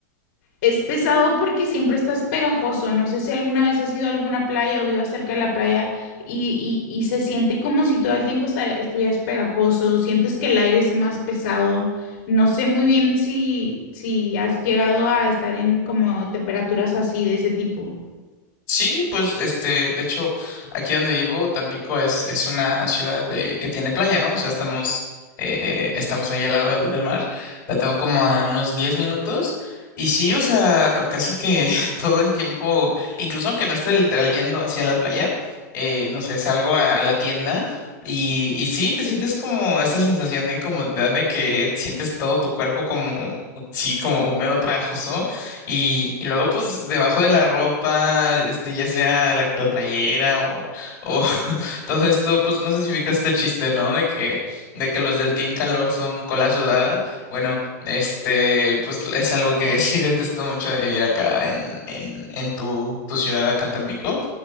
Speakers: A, on the left; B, on the left.
A: es pesado porque siempre estás pegajoso. No sé si alguna vez has ido a alguna playa o vivas cerca de la playa y, y- y se siente como si todo el tiempo esta- estuvieras pegajoso. Sientes que el aire es más pesado. No sé muy bien si, si has llegado a estar en como temperaturas así de ese tipo.
B: Sí, pues este, de hecho, aquí donde vivo, Tampico es, es una ciudad de, que tiene playa, ¿no? O sea, estamos, eh, estamos ahí al lado del, del mar. La tengo como a unos 10 minutos. Y sí, o sea, casi que <laughs> todo el tiempo, incluso aunque no esté literal yendo hacia la playa, eh, no sé, salgo a, a la tienda y, y sí, te sientes como esta sensación de incomodidad de que sientes todo tu cuerpo como, sí, como húmedo, pegajoso. Y, y luego, pues, debajo de la ropa, este, ya sea la, la playera o, o <laughs> todo esto, pues, no sé si ubicas este chiste, ¿no? De que, de que los del Team Calor son cola sudada. Bueno, este, pues, es algo que <laughs> sí detesto mucho de ir acá en, en, en tu, tu ciudad, acá en Tampico.